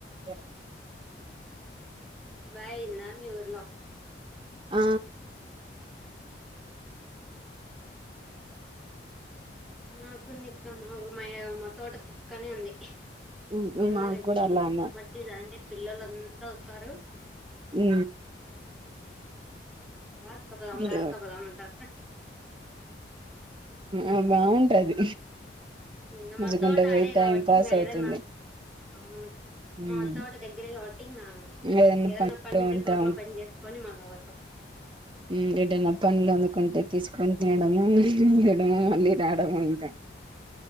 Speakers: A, on the right (about 25°); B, in the centre.
A: దా
B: బాయ్ ఉందా మీ ఊర్లో
A: ఆ
B: మాకుంది ఇక్క మాకు మామ్ మా తోట పక్కనే ఉంది
A: మా
B: అమ్మర్
A: మాకు
B: ఇది
A: కూడా
B: ఇది
A: అలానే
B: మీ సమర్చ అంటే పిల్లలంతా వస్తారు
A: ఉ
B: రాక్క పదాం
A: ఇగ
B: రాక్క పదాం అంటారు
A: ఆ బాగుంటది
B: ఇంగ
A: నడుచుకుంట
B: మా తోట
A: పోయి
B: అడేగావట్టి
A: టైం పాస్
B: ఇంగ ఏదన్నా
A: అవుతుంది
B: అవును మా
A: ఉమ్
B: తోట దగ్గర హటింగ్
A: ఏదన్నా
B: ఏదైనా
A: పనిలో
B: పని ఉంటే
A: ఉంటా
B: తోటలో పని చేసుకొని మళ్ళ అవ త
A: ఏదైటనా పండ్లు అందుకుంటే తీసుకొని తినడము మళ్ళీ తీయడము మళ్ళీ రాడము ఇంకా